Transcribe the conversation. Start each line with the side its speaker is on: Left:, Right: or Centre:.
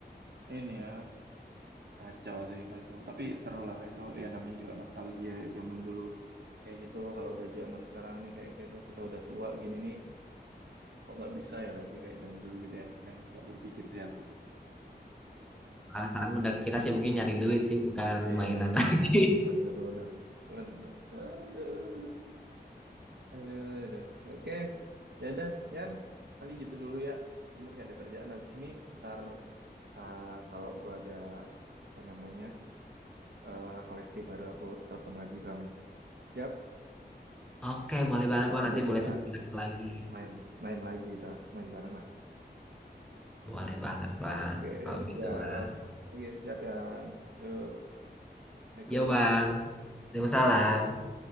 Right: ini ya kacau sih kacau. Tapi seru lah itu ya namanya juga nostalgia ya, zaman dulu kayak gitu. Kalau udah zaman sekarang nih kayak kita, kita udah tua gini nih kok nggak bisa ya lagi kayak zaman dulu gitu ya. Kadang suka berpikir sih aku.
Centre: Nah, sekarang udah kita sibuknya nyari duit sih bukan
Right: Iya,
Centre: mainan lagi
Right: bener bener bener. Aduh, aduh, aduh. Oke, ya udah, Yan. Kali gitu dulu ya. Aku masih ada kerjaan habis ini. Ntar Eh, kalau gua ada apa namanya eh, koleksi baru aku telepon lagi kamu. Siap,
Centre: <laughs> oke boleh banget
Right: ntar kapan
Centre: bang nanti
Right: deh
Centre: boleh
Right: kita
Centre: tunjukin lagi
Right: main main lagi kita main bareng lah.
Centre: boleh banget bang
Right: Oke,
Centre: kalau
Right: siap.
Centre: gitu bang
Right: Oke, siap Yan. Yuk, Assalamualaikum.
Centre: yo bang Waalaikumsalam